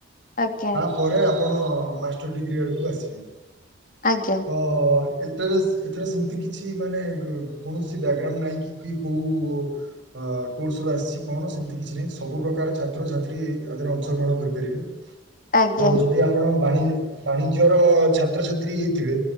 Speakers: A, on the left; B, on the right.
A: ଆଜ୍ଞା।
B: ପରେ ଆପଣ ମାଷ୍ଟର୍ ଡିଗ୍ରୀ ଆଡ଼କୁ ଆସିବେ।
A: ଆଜ୍ଞା।
B: ଓ ହୋ। ଏଥରେ ଏଥର ସେମତି କିଛି ମାନେ କୌଣସି ବ୍ୟାଗ୍ରାଉଣ୍ଡ ନାହିଁ କି କୋଉ ଅ କୋର୍ସ ରୁ ଆସିଛି କଣ ସେମିତି କିଛି ନାହିଁ ସବୁ ପ୍ରକାର ଛାତ୍ରଛାତ୍ରୀରେ ଅଂଶଗ୍ରହଣ କରିପାରିବେ।
A: ଆଜ୍ଞା।
B: ତ ଯଦି ଆପଣି ବାଣିଜ୍ୟର ଛାତ୍ରଛାତ୍ରୀ ହେଇଥିବେ